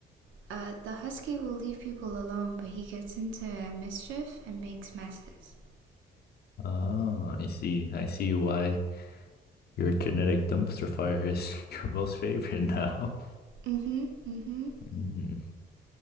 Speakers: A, on the right; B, on the left.
A: Uh, the husky will leave people alone, but he gets into mischief and makes messes.
B: Ah, I see. I see why your genetic dumpster fire is <laughs> your most favorite now.
A: Mm-hmm. Mm-hmm.
B: Hmm.